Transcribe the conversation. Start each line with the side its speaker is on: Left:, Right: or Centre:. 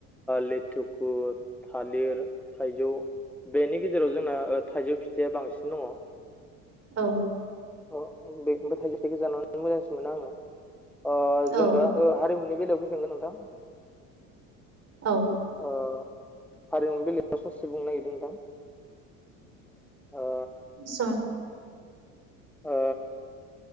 Centre: लेथुखु थालिर थाइजौ बेनि गेजेराव जोंना ओ थाइजौ फिथाइया बांसिन दङ
Right: औ।
Centre: ओ बे थाइजौ फिथाइखौ जानानो मोजांसिन मोनो आङो ओ
Right: औ
Centre: जों दा हारिमुनि बेलायाव फैफिगोन नोंथां
Right: औ।
Centre: ओ हारिमु बेलायाव ससे बुंनो नागिरदों नोंथां। ओ
Right: सों
Centre: ओ